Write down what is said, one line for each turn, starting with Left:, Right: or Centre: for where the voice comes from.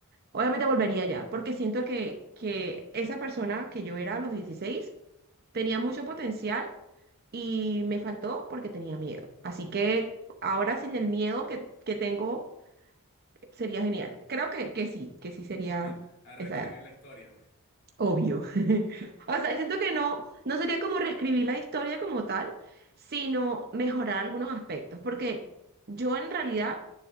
Right: Obviamente volvería allá porque siento que, que esa persona que yo era a los 16 tenía mucho potencial y me faltó porque tenía miedo. Así que ahora sin el miedo que, que tengo sería genial. Creo que, que sí, que sí sería
Left: Li- A reescribir
Right: esa edad.
Left: la historia, pues. <laughs>
Right: Obvio. <laughs> O sea, siento que no, no sería como reescribir la historia como tal, sino mejorar algunos aspectos, porque yo en realidad